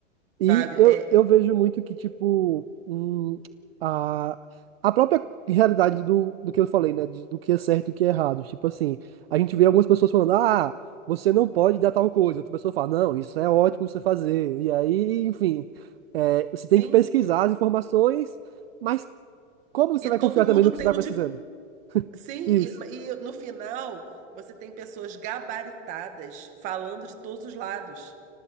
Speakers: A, on the right; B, on the right.
A: sabe?
B: E eu,
A: É,
B: eu
A: é-
B: vejo muito que, tipo, hum, a, a própria realidade do, do que eu falei, né? de- do que é certo e o que é errado. Tipo assim, a gente vê algumas pessoas falando, ah, você não pode dar tal coisa. Outra pessoa fala, não, isso é ótimo você fazer. E aí, enfim, é, você
A: sim,
B: tem que pesquisar as informações, mas como você
A: e
B: vai
A: todo
B: confiar
A: mundo
B: também no que
A: tem
B: você está
A: um
B: precisando?
A: de. Sim,
B: Isso,
A: e e no final você tem pessoas gabaritadas falando de todos os lados.